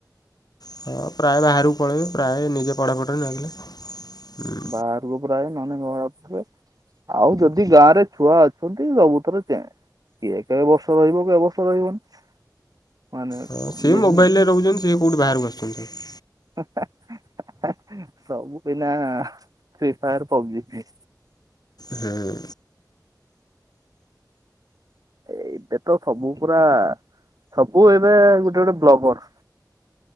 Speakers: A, on the left; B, on the right.
A: ହଁ ପ୍ରାୟ ବାହାରକୁ ପଳେଇବେ। ପ୍ରାୟ ନିଜେ ପଢ଼ାପଢିରେ ଲାଗିଲେ। ହୁଁ।
B: ବାହାର କୁ ପ୍ରାୟ ନହନେ ଘରେ ଆଉ ଯଦି ଗାଁ ରେ ଛୁଆ ଅଛନ୍ତି ସବୁଥେରେ ଚେଞ୍ଜ୍। କିଏ କେ ବର୍ଷ ରହିବ। କେ ବର୍ଷ ରହିବନି। ମାନେ
A: ହଁ ସିଏ
B: ଇଏ
A: ମୋବାଇଲରେ
B: ହିଁ ନାହିଁ
A: ରହୁଚନ୍ତି ସେ କୋଉଠି ବାହାରକୁ ଆସୁଛନ୍ତି ସବୁ
B: ହା ହା ହା ହା ସବୁ ବିନା ଫ୍ରି ଫାୟାର ପବଜି।
A: ହଁ।
B: ଏ ଏବେ ତ ସବୁ ପୁରା ସବୁ ଏବେ ଗୋଟେ ଗୋଟେ ବ୍ଲଗର୍।